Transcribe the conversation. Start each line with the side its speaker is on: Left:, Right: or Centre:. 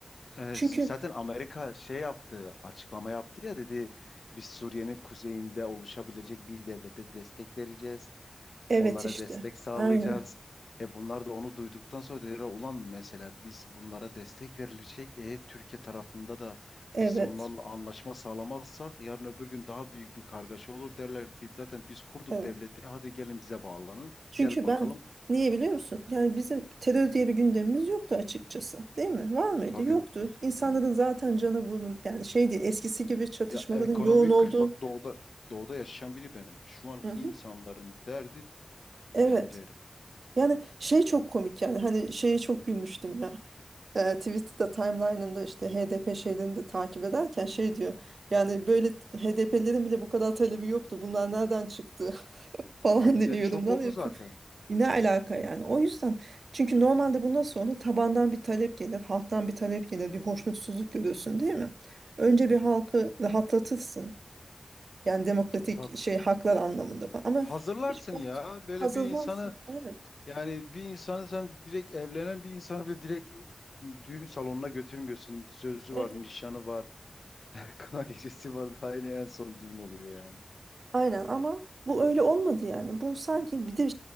Left: e,
Right: Çünkü
Left: zaten Amerika şey yaptı, açıklama yaptı ya dedi biz Suriye'nin kuzeyinde oluşabilecek bir devlete destek vereceğiz.
Right: evet
Left: Onlara
Right: işte
Left: destek sağlayacağız.
Right: aynı
Left: E bunlar da onu duyduktan sonra dediler ulan mesela biz bunlara destek verilecek. E Türkiye tarafında da
Right: evet
Left: biz onlarla anlaşma sağlamazsak yarın öbür gün daha büyük bir kargaşa olur derler ki zaten biz kurduk
Right: evet.
Left: devleti hadi gelin bize bağlanın.
Right: Çünkü
Left: Gel bakalım.
Right: ben niye biliyor musun? Yani bizim terör diye bir gündemimiz yoktu açıkçası değil mi? Var mıydı?
Left: E, tabii
Right: Yoktu.
Left: yoktu.
Right: İnsanların
Left: Yok.
Right: zaten canı bunun yani şey değil eskisi gibi çatışmaların
Left: Ya ekonomik
Right: yoğun olduğu.
Left: kriz bak doğuda doğuda yaşayan biri benim. Şu an
Right: Hı hı.
Left: insanların derdi
Right: Evet.
Left: tencere.
Right: Yani şey çok komik yani hani şeye çok gülmüştüm ya. e, Twitter'da timeline'ında işte HDP şeylerini de takip ederken şey diyor. Yani böyle HDP'lerin bile bu kadar talebi yoktu. Bunlar nereden çıktı <laughs> falan
Left: Ya millet
Right: diye yorumlar
Left: şok oldu
Right: yapıyor.
Left: zaten.
Right: E, Ne alaka yani? O yüzden çünkü normalde bu nasıl olur? Tabandan bir talep gelir, halktan bir talep gelir, bir hoşnutsuzluk görürsün değil mi? Önce
Left: Hı,
Right: bir halkı rahatlatırsın. Yani demokratik
Left: e, tabii.
Right: şey haklar anlamında falan. Ama
Left: Hazırlarsın
Right: hiç bu
Left: ya böyle
Right: hazırlansın.
Left: bir insanı
Right: Evet.
Left: Yani bir insanı sen direkt evlenen bir insanı bile direkt düğün salonuna götürmüyorsun. Sözü
Right: Evet.
Left: var, nişanı var, <laughs> kına gecesi var. Daha yine en son düğün oluyor yani.
Right: Aynen ama bu öyle olmadı yani. Bu sanki bir de